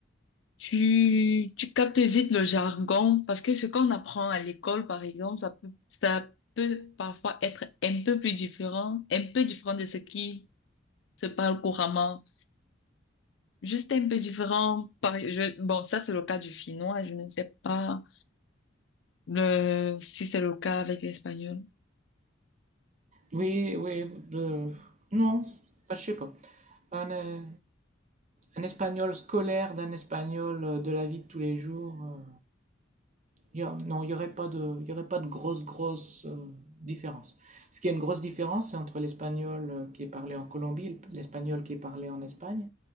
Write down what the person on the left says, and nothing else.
tu, tu captes vite le jargon parce que ce qu'on apprend à l'école, par exemple, ça peut, ça peut parfois être un peu plus différent, un peu différent de ce qui se parle couramment. Juste un peu différent. Par, je, bon, ça, c'est le cas du finnois. Je ne sais pas le, si c'est le cas avec l'espagnol.